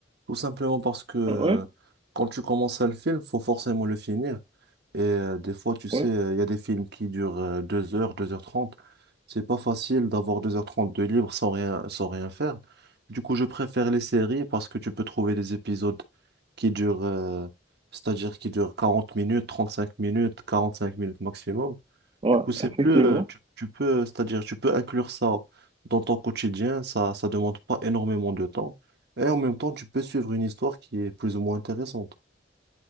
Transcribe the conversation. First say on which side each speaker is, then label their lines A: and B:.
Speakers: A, on the right; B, on the right.
A: tout simplement parce que euh,
B: Ouais,
A: quand tu commences un film, faut forcément le finir. Et euh, des fois, tu sais,
B: ouais,
A: euh, il y a des films qui durent euh, 2 heures, deux heures trente C'est pas facile d'avoir deux heures trente de libre sans rien, sans rien faire. Du coup, je préfère les séries parce que tu peux trouver des épisodes qui durent, euh, c'est-à-dire qui durent 40 minutes, 35 minutes, 45 minutes maximum.
B: ouais,
A: Du coup, c'est
B: effectivement.
A: plus, euh, tu, tu peux, c'est-à-dire, tu peux inclure ça dans ton quotidien, ça ça demande pas énormément de temps. Et en même temps, tu peux suivre une histoire qui est plus ou moins intéressante.